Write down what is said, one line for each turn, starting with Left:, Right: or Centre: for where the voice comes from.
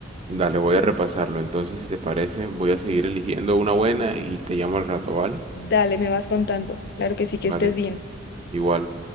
Right: Dale, voy a repasarlo. Entonces, si te parece, voy a seguir eligiendo una buena y te llamo al rato, ¿vale?
Left: Dale, me vas contando. Claro que sí, que
Right: Vale,
Left: estés bien.
Right: igual.